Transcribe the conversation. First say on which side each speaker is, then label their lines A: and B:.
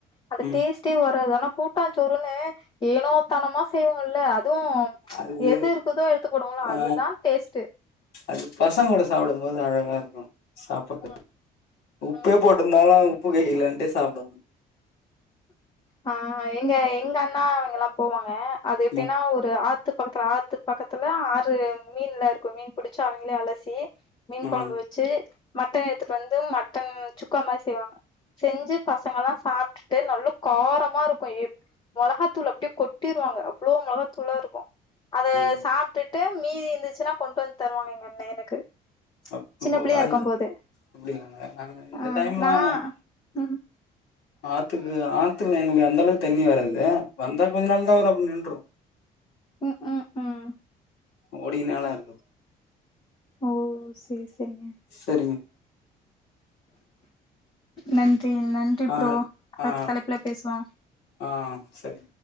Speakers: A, on the left; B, on the left.
A: அந்த
B: ம்
A: டேஸ்ட்டே வராது ஆனா கூட்டாஞ்சோறுனு ஏனோ தனமா செய்வோம்ல்ல அதுவு
B: அது
A: எது இருக்குதோ எடுத்து போடுவோல
B: ஆ
A: அதுதா டேஸ்ட்டு
B: அது பசங் கூட சாப்டும்போது அழகா இருக்கு சாப்பாடு
A: ம்,
B: உப்பே
A: ம்.
B: போட்டுந்தாலு உப்பு கக்கிலனுட்டு சாப்டு
A: ஆ எங்க எங்க அண்ணா அவிங்கல்லா போவாங்க அது எப்டினா
B: ம்
A: ஒரு ஆத்து பக்கத்துல ஆத் து பக்கத்துல ஆறு மீன்லா இருக்கு மீன் புடிச்சு அவிங்களே அலசி மீன்
B: ம்
A: குழம்பு வ ச்சி மட்டன் எடுத்துட்டு வந்து மட்டன் சுக்கா மாரி செய்வாங்க செஞ்சு பசங்கல்லா சாப்ட்டுட் டு நல்ல காரமா இருக்கு எப் மொளகாத்தூள அப்டியே கொட்டிருவாங்க அவ்ளோ மொளகாத்தூளா இருக்கு அத
B: ம்
A: சாப்டுட்டு மீதி இருந்துச்சுன்னா கொண்ட்டு வந்து தருவாங்க எங்க அண்ணே எனக்கு
B: அப்போ
A: சின்ன புள்ளையா
B: அது
A: இருக்கும் போது
B: அப்டிங்களாங்க நாங்க இந்த
A: ஆ
B: டைம்லாம்
A: நா ம்
B: ஆத்துக்கு ஆத்துல எங்களுகு அந்த அளவுக்கு தண்ணி வராது வந்தா கொஞ்ச நாள் தா வரு அப்றோ நின்று
A: ம் ம் ம்.
B: ஓடிகனெலா இருக்கு
A: ஓ சேரி சேரிங்க
B: சரிங்க
A: நன்றி நன்றி
B: ஆ
A: ப்ரோ அடுத்த
B: ஆ
A: தலைப்புல பேசுவோ
B: ஆ சரி